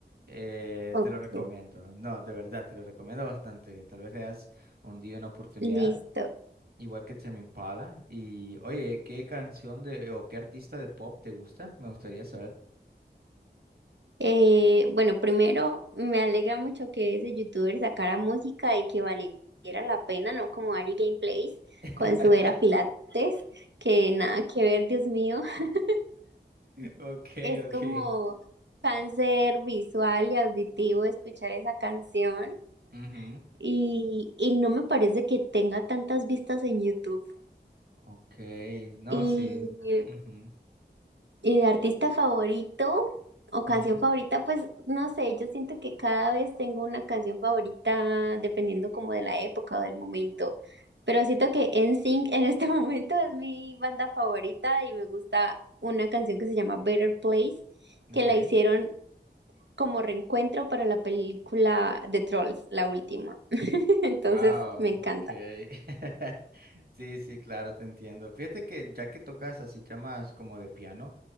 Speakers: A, on the right; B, on the right.
A: Eh,
B: ok,
A: te lo recomiendo, no, de verdad, te lo recomiendo bastante. Tal vez le das un día una oportunidad.
B: listo.
A: Igual que Tame Impala. Y oye, ¿qué canción de o qué artista de pop te gusta? Me gustaría saber.
B: Eh, bueno, primero me alegra mucho que ese youtuber sacara música y que valiera la pena, no como Ari Gameplays
A: <laughs>
B: con su era Pilates, que nada que ver, Dios mío. <laughs>
A: Ok,
B: Es
A: ok.
B: como cáncer visual y auditivo escuchar esa canción.
A: Ujú,
B: y, y no me parece que tenga tantas vistas en YouTube.
A: Ok, no,
B: Y,
A: sí. Ujú,
B: y de artista favorito o canción
A: ujú,
B: favorita, pues no sé, yo siento que cada vez tengo una canción favorita dependiendo como de la época o del momento. Pero siento que NSYNC en este <laughs> momento es mi banda favorita y me gusta una canción que se llama Better Place, que
A: Ok.
B: la hicieron como reencuentro para la película de Trolls, la última. <laughs> Entonces
A: Wow,
B: me encanta.
A: ok. <laughs> Sí, sí, claro, te entiendo. Fíjate que ya que tocas así temas como de piano,